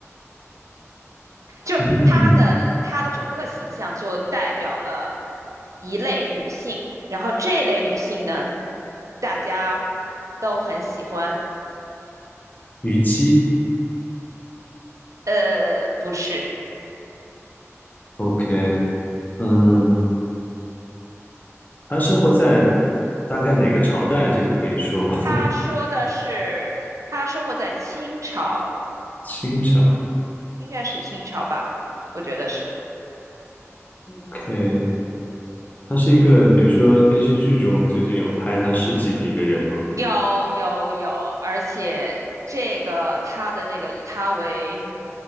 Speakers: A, on the right (about 80°); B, on the left (about 35°).
A: 就是她的她的整个形象就代表了
B: 嗯，
A: 一类女性，然后这类女性呢，大家都很喜欢。
B: 虞姬
A: 呃，不是，
B: ，OK，嗯，他生活在大概哪个朝代？这个可以说吗？
A: 他说的是她生活在清朝。
B: <laughs> 清朝
A: 应该是清朝吧，我觉得是
B: ，OK，他是一个，比如说电视剧中最近有拍他事迹的一个人吗？
A: 有有有，而且这个他的这个以他为